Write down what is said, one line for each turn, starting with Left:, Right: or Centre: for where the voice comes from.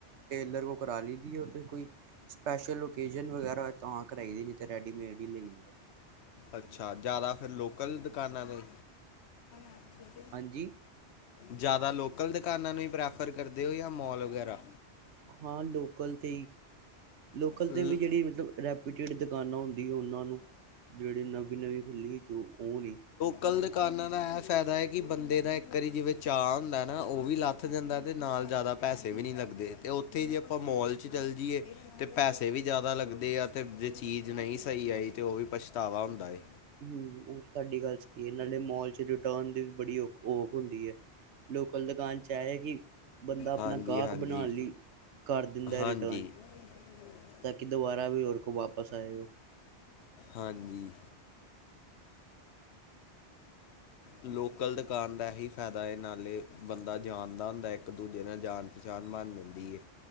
Right: ਟੇਲਰ ਕੋ ਕਰਾ ਲਦੀ ਹੈ। ਕੋਈ ਸਪੈਸ਼ਲ ਓਕੇਜਨ ਵਗੈਰਾ ਹੋਏ ਤਾਂ ਕਰਾਈ ਦੀ ਨਹੀਂ ਤੇ ਰੈਡੀਮੇਡ ਹੀ ਲਈ
Left: ਅੱਛਾ! ਜ਼ਿਆਦਾ ਫਿਰ ਲੋਕਲ ਦੁਕਾਨਾਂ ਨੇ। <inaudible>
Right: ਹਾਂਜੀ।
Left: ਜ਼ਿਆਦਾ ਲੋਕਲ ਦੁਕਾਨਾਂ ਨੂੰ ਹੀ ਪ੍ਰੈਫਰ ਕਰਦੇ ਹੋ ਜਾਂ ਮੋਲ ਵਗੈਰਾ।
Right: ਹਾਂ ਲੋਕਲ ਤੇ ਈ ਲੋਕਲ
Left: ਲ-
Right: ਤੇ ਵੀ ਜਿਹੜੀ ਮਤਲਬ ਰੈਪੀਟਿਡ ਦੁਕਾਨਾਂ ਹੁੰਦੀਆਂ, ਉਹਨਾਂ ਨੂੰ ਜਿਹੜੀ ਨਵੀਂ ਨਵੀਂ ਖੁੱਲ੍ਹੀ ਹੋ, ਉਹ ਨੀ
Left: ਕਲ ਦੁਕਾਨਨਾਂ ਦਾ ਇਹ ਫਾਇਦਾ ਕਿ ਬੰਦੇ ਦਾ ਇੱਕ ਵਾਰੀ ਜਿਵੇਂ ਚਾਅ ਹੁੰਦਾ ਨਾ ਉਹ ਵੀ ਲਾ ਉੱਥ ਜਾਂਦਾ ਅਤੇ ਨਾਲ ਜ਼ਿਆਦਾ ਪੈਸੇ ਵੀ ਨਹੀਂ ਲੱਗਦੇ, ਅਤੇ ਉੱਥੇ ਹੀ ਜੇ ਆਪਾਂ ਮੋਲ ਚ ਚੱਲ ਜਾਈਏ ਤੇ ਪੈਸੇ ਵੀ ਜ਼ਿਆਦਾ ਲੱਗਦੇ ਆ, ਤੇ ਜੇ ਚੀਜ਼ ਨਹੀਂ ਸਹੀ ਆਈ ਤੇ ਉਹ ਵੀ ਪਛਤਾਵਾ ਹੁੰਦਾ ਏ।
Right: ਹਮ, ਤੁਹਾਡੀ ਗੱਲ ਸਹੀ ਨਾਲੇ, ਮੋਲ ਚ ਰਿਟਰਨ ਦੀ ਬੜੀ ਖ ਔਖ ਹੁੰਦੀ ਹੈ। ਲੋਕਲ ਦੁਕਾਨ ਚ ਹੈ ਕਿ ਬੰਦਾ ਆਪਣਾ
Left: ਹਾਂਜੀ
Right: ਗਾਹਕ
Left: ਹਾਂਜੀ
Right: ਬਣਾਉਣ ਲਈ ਕਰ ਦਿੰਦਾ
Left: ਹਾਂਜੀ
Right: ਰਿਟਰਨ
Left: <inaudible>
Right: ਤਾਂ ਕਿ ਦੁਬਾਰਾ ਵੀ ਹੋਰ ਕੋਲ ਵਾਪਸ ਆਏਓ
Left: ਹਾਂਜੀ। ਲੋਕਲ ਦੁਕਾਨ ਦਾ ਇਹੀ ਫਾਇਦਾ ਹੈ, ਨਾਲੇ ਬੰਦਾ ਜਾਣਦਾ ਹੁੰਦਾ ਇੱਕ-ਦੂਜੇ ਨਾਲ ਜਾਣ ਜਾਨ ਮਾਨ ਮਿਲਦੀ ਏ।